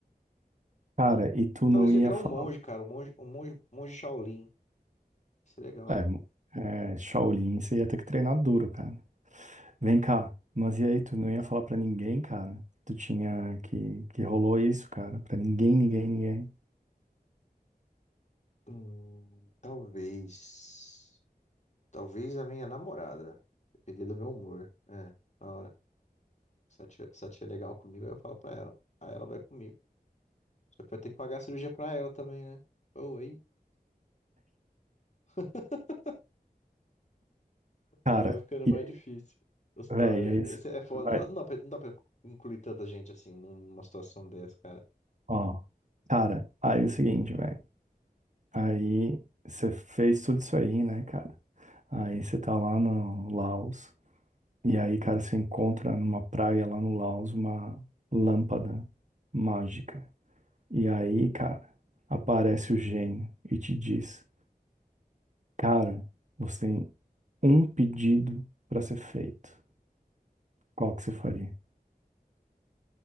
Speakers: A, on the right; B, on the left.
A: cara, e tu
B: Talvez
A: não ia
B: eu ia virar
A: falar.
B: um monge, cara. Um monge, um monge, um monge Shaolin. Isso é legal.
A: É, mo- é, Shaolin, você ia ter que treinar duro, cara. Vem cá, mas e aí? Tu não ia falar pra ninguém, cara? Tu tinha que, que rolou isso, cara? Pra ninguém, ninguém, ninguém.
B: Hum, talvez. Talvez a minha namorada. Depender do meu humor. É, na hora. Se ela tiver, se ela tiver legal comigo, aí eu falo pra ela. Aí ela vai comigo. Só que vai ter que pagar a cirurgia pra ela também, né? Ou, hein? <laughs>
A: Cara,
B: Aí vai ficando
A: e
B: mais
A: aí,
B: difícil. a História.
A: véi, é isso.
B: Esse é foda.
A: Vai,
B: Não, não dá pra, não dá pra incluir tanta gente assim numa situação dessa, cara.
A: ó. Cara, aí é o seguinte, velho. Aí você fez tudo isso aí, né, cara? Aí você tá lá no Laos. E aí, cara, você encontra numa praia lá no Laos uma lâmpada mágica. E aí, cara, aparece o gênio e te diz: Cara, você tem um pedido para ser feito. Qual que você faria?